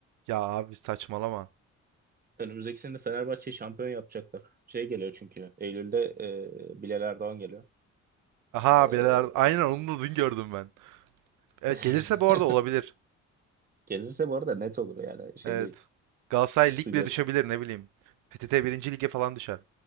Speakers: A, on the right (about 85°); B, on the right (about 30°).
A: Ya abi saçmalama.
B: Önümüzdeki sene Fenerbahçe'yi şampiyon yapacaklar. Şey geliyor çünkü Eylül'de e, Bilal Erdoğan geliyor.
A: Aha
B: E,
A: bileler. Aynen onu da dün gördüm ben. Evet
B: <laughs>
A: gelirse bu arada olabilir.
B: gelirse bu arada net olur yani şey
A: Evet.
B: değil.
A: Galatasaray
B: Su
A: lig
B: götü.
A: bile düşebilir ne bileyim. PTT birinci lige falan düşer.